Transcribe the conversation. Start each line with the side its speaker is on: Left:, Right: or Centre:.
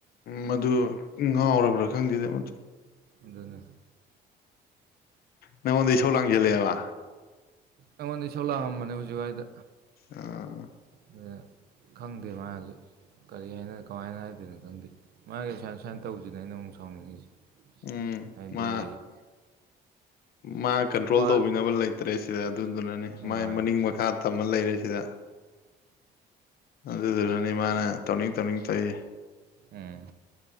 Left: ꯃꯗꯨ ꯉꯥꯎꯔꯕ꯭ꯔꯥ ꯈꯪꯗꯦꯗꯤ ꯑꯝ
Right: ꯑꯗꯨꯅꯦ
Left: ꯅꯉꯣꯟꯗ ꯏꯁꯧ ꯂꯥꯡꯖꯜꯂꯛꯑꯦꯕ
Right: ꯑꯩꯉꯣꯟꯗ ꯁꯣ ꯂꯥꯛꯑꯝꯕꯅꯦ ꯍꯧꯖꯤꯛꯋꯥꯏꯗ
Left: ꯑꯥ
Right: ꯑꯗꯨꯗ ꯈꯪꯗꯦ ꯃꯥꯁ ꯀꯔꯤ ꯍꯥꯏꯅ ꯀꯃꯥꯏꯅ ꯍꯥꯏꯗꯣꯏꯅꯣ ꯈꯪꯗꯦ ꯃꯥꯒꯤ ꯑꯁꯥꯏꯟ ꯁꯁꯥꯏꯟ ꯇꯧꯁꯤꯅ ꯑꯩꯅ ꯑꯃꯨꯛ ꯁꯥꯎꯅꯤꯡꯉꯤꯁꯦ
Left: ꯎꯝ
Right: ꯍꯥꯏꯗꯤ
Left: ꯃꯥ ꯃꯥ ꯀꯟꯇ꯭ꯔꯣꯜ
Right: ꯋꯥ
Left: ꯇꯧꯕꯤꯅꯕ ꯂꯩꯇ꯭ꯔꯦ ꯁꯤꯗ ꯑꯗꯨꯗꯨꯅꯅꯤ ꯃꯥꯏ
Right: ꯍꯣꯏ
Left: ꯃꯅꯤꯡ ꯃꯈꯥ ꯇ ꯑꯃ ꯂꯩꯔꯦ ꯁꯤꯗ ꯑꯗꯨꯗꯨꯅꯅꯤ ꯃꯥꯅ ꯇꯧꯅꯤꯡ ꯇꯧꯅꯤꯡ ꯇꯧꯏꯌꯦ
Right: ꯎꯝ